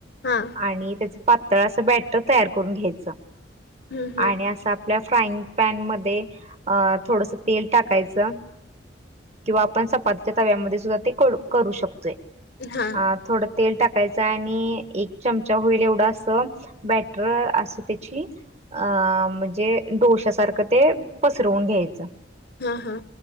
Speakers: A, on the left; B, on the right.
A: हा.
B: आणि त्याच पातळ अस बॅटर तयार करून घ्यायचं.
A: हम्म हम्म
B: आणि अस, आपल्या फ्राईंग पॅन मध्ये, अ- थोडंसं तेल टाकायचं. किंवा आपण चपातीच्या तव्यामध्ये सुद्धा ते करू शकतोय.
A: हा
B: अ थोडं तेल टाकायचं आणि, एक चमचा होईल एवढं अस बॅट र आस त्यांची. अ- म्हणजे डोश्यासारखं ते पसरवून घ्यायचं.
A: हा हा.